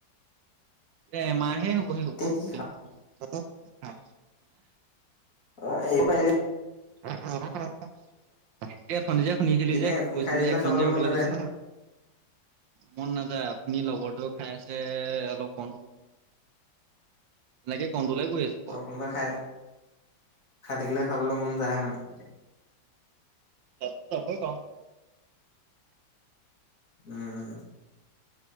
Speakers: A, on the right (about 75°); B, on the left (about 45°).
A: এ এমাহে হ'বহি হ'ব
B: কি
A: এতিয়া
B: খা
A: মনত পৰিছে। <unintelligible>
B: অ', এৰিব পাৰিলি যে।
A: <inaudible> এই ওঠনি যে শুনিছিলি
B: এনে
A: যে
B: কোন
A: কৈছিলো
B: খাই থাকিলে
A: যে এক মিনিট
B: খাবলৈ
A: যে ৰ'বলৈ
B: মন নাযায়
A: কৈছিলো।
B: নে
A: মন নাযায়, ওঠনি লগৰটোৱেও খাই আছে অলপ কণ্ট্ৰোল এনেকে কণ্ট্ৰোলে কৰি আছো। বাৰু
B: আৰু কোনোবাই খাই খাই থাকিলে খাবলৈ মন যায়ে মানে?
A: <inaudible>
B: উম।